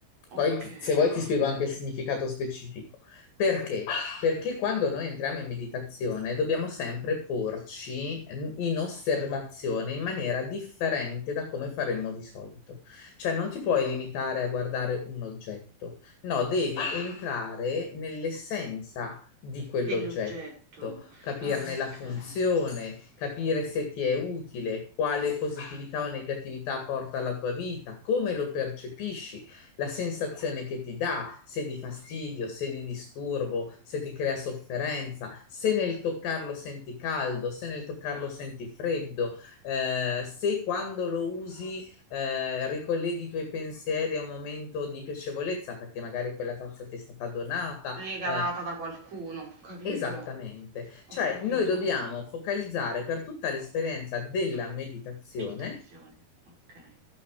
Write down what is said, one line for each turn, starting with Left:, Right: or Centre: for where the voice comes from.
Left: Poi
Right: Okay,
Left: ti- se vuoi ti spiego anche
Right: okay.
Left: il significato specifico. Perché? Perché quando noi entriamo in meditazione dobbiamo sempre porci eh, in osservazione in maniera differente da come faremmo di solito. Cioè non ti puoi limitare a guardare un oggetto, no, devi entrare nell'essenza di quell'oggetto.
Right: Dell'oggetto.
Left: Capirne
Right: Ah, okay.
Left: la funzione, capire se ti è utile, quale positività o negatività porta alla tua vita, come lo percepisci, la sensazione che ti dà, se di fastidio, se di disturbo, se ti crea sofferenza, se nel toccarlo senti caldo, se nel toccarlo senti freddo, eh, se quando lo usi eh, ricolleghi i tuoi pensieri a un momento di piacevolezza perché magari quella tazza ti è stata donata.
Right: Regalata
Left: eh,
Right: da qualcuno, capito.
Left: Esattamente,
Right: Ho
Left: cioè
Right: capito.
Left: noi dobbiamo focalizzare per tutta l'esperienza della meditazione
Right: Meditazione, okay.